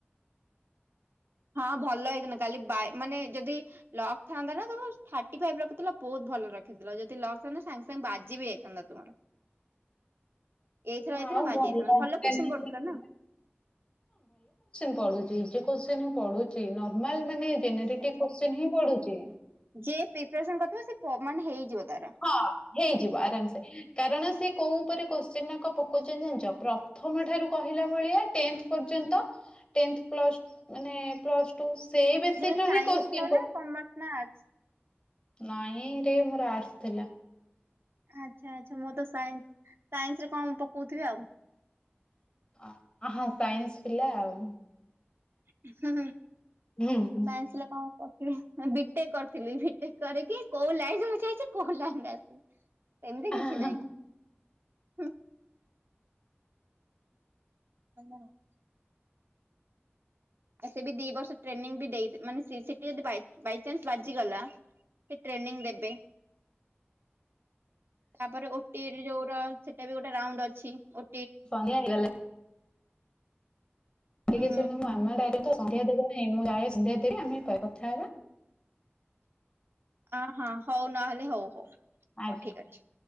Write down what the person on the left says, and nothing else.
ଆଉ
ଭଲ ହଁ
ଭଲ କ୍ୱେଷ୍ଟିଅନ୍
ପଡୁଛି।
ପଡୁଛି ନଚେତ୍। ନର୍ମାଲ ମାନେ ଜେନେରେତିକ
କ୍ୱେଷ୍ଟେସନ୍
ହିଁ ପଡୁଛି।
ହଁ ହେଇଯିବ ଆରାମ ସେ କାରଣ ସେ କୋଉ ଉପରେ କ ସେନାକ ପୋକଚନ ଜାଣିଛ ପ୍ରଥମ ଠାରୁ କହିଲା ଭଳିଆ ଟେନ୍ଥ ପର୍ଯ୍ୟନ୍ତ ଟେନ୍ଥ ପ୍ଲସ୍ ମାନେ ପ୍ଲସ୍ ଟୁ ସେଇ ବେସିକ
ର
ହିଁ କୋଶ୍ଚିନ୍
ନାଇଁ ରେ ମୋର ଆର୍ଟ୍ସ ଥିଲା।
ଅଁ, ହଁ ସାଇନ୍ସ ପିଲା ଆଉ।
ହୁଁ ହୁଁ।
ଆହା,
ସନ୍ଧ୍ୟା ହେଇଗଲା।
ଟିକେ ଶୁଣୁ ମାମା ଡାକେ ତ ସନ୍ଧ୍ୟା ଦେବା। ନାଇଁ ମୁଁ ଯାଏ ସନ୍ଧ୍ୟା ଦେବି। ଆମେ ପରେ କଥା ହବା।
ଆଜ୍ଞା।